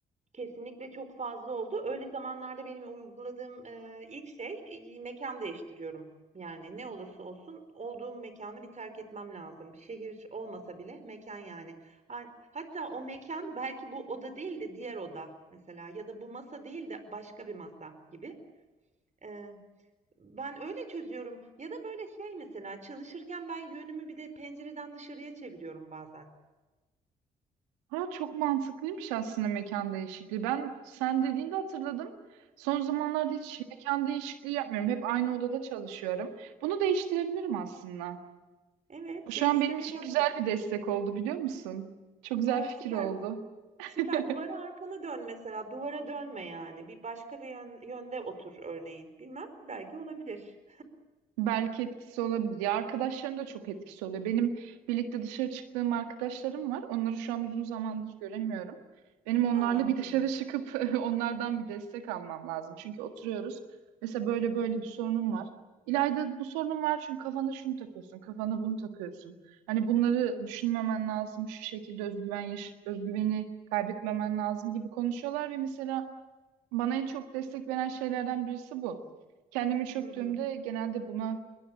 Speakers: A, on the right; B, on the right.
A: Kesinlikle çok fazla oldu. Öyle zamanlarda benim uyguladığım, eee, ilk şey, iii, mekân değiştiriyorum. Yani ne olursa olsun olduğum mekânı bir terk etmem lazım. Şehir olmasa bile mekan yani. Han hatta o mekan belki bu oda değil de diğer oda mesela ya da bu masa değil de başka bir masa gibi. Eee, ben öyle çözüyorum ya da böyle şey mesela çalışırken ben yönümü bir de pencereden dışarıya çeviriyorum bazen.
B: Ha, çok mantıklıymış aslında mekan değişikliği. Ben sen dediğinde hatırladım. Son zamanlarda hiç mekan değişikliği yapmıyorum. Hep aynı odada çalışıyorum. Bunu değiştirebilirim aslında.
A: Evet,
B: Bu şu
A: değiştir
B: an benim
A: mesela
B: için güzel
A: bu
B: bir destek oldu biliyor musun? Çok güzel
A: A,
B: fikir
A: süper.
B: oldu. <laughs>
A: Süper. Duvara arkanı dön mesela. Duvara dönme yani. Bir başka bir yön- yönde otur örneğin. Bilmem. Belki olabilir.
B: Belki etkisi olabilir. Ya arkadaşların da çok etkisi oluyor. Benim birlikte dışarı çıktığım arkadaşlarım var. Onları şu an uzun zamandır göremiyorum. Benim onlarla
A: Aa
B: bir dışarı
A: evet.
B: çıkıp <laughs> onlardan bir destek almam lazım. Çünkü oturuyoruz. Mesela böyle böyle bir sorunum var. İlayda bu sorunum var çünkü kafana şunu takıyorsun, kafana bunu takıyorsun. Hani bunları düşünmemen lazım, şu şekilde özgüven yaş- özgüveni kaybetmemen lazım gibi konuşuyorlar ve mesela bana en çok destek veren şeylerden birisi bu kendimi çöktüğümde
A: Hı hı.
B: genelde buna